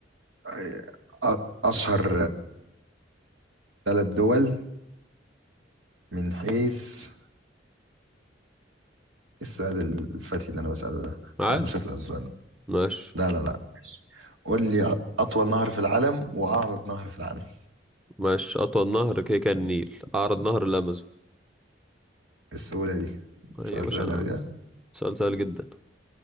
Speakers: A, on the right; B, in the centre.
A: آه، أ- اشهر ثلاث دول من حيث إيه السؤال الفتي اللي انا بسأله ده
B: عادي
A: لا مش هسأل السؤال
B: ماشي
A: ده لا لا لا قول لي أ- اطول نهر في العالم واعرض نهر في العالم إيه
B: ماشي اطول نهر كده كان النيل اعرض نهر الامازون
A: السهولة دي
B: آه
A: سؤال
B: يا باشا
A: سهل أوي ده
B: سؤال سهل جدا